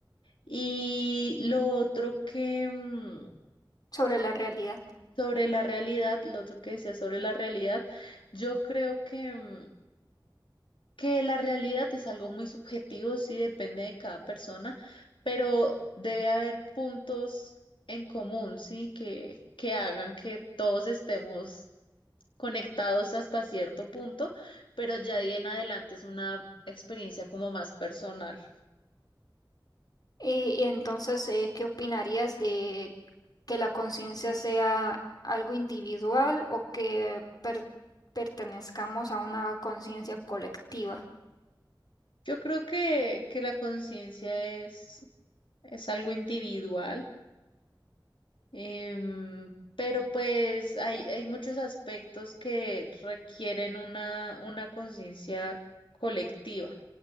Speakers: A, on the left (about 85°); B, on the left (about 50°).
A: Y lo otro que mm,
B: Sobre la realidad.
A: sobre la realidad, lo otro que decía sobre la realidad, yo creo que, mm, que la realidad es algo muy subjetivo, sí depende de cada persona, pero debe haber puntos en común, sí, que, que hagan que todos estemos conectados hasta cierto punto, pero ya de ahí en adelante es una experiencia como más personal.
B: Y, y entonces, eh, ¿qué opinarías de que la conciencia sea algo individual o que per- pertenezcamos a una conciencia colectiva?
A: Yo creo que, que la conciencia es, es algo individual. Em, pero pues hay, hay muchos aspectos que requieren una, una conciencia colectiva.